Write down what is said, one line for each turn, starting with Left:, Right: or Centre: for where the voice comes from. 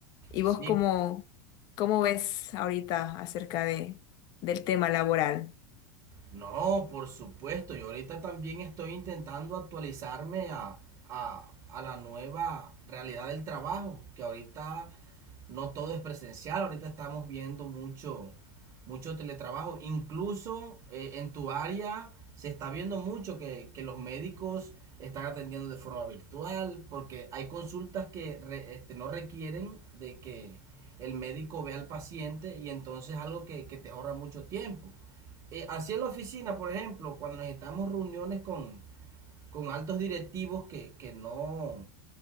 Left: ¿Y
Right: Sí.
Left: vos cómo, cómo ves ahorita acerca de, del tema laboral?
Right: No, por supuesto, yo ahorita también estoy intentando actualizarme a, a, a la nueva realidad del trabajo, que ahorita no todo es presencial. Ahorita estamos viendo mucho, mucho teletrabajo. Incluso eh, en tu área se está viendo mucho que, que los médicos están atendiendo de forma virtual, porque hay consultas que re- este, no requieren de que el médico vea al paciente y entonces algo que, que te ahorra mucho tiempo. Eh, así en la oficina, por ejemplo, cuando necesitamos reuniones con, con altos directivos que, que no,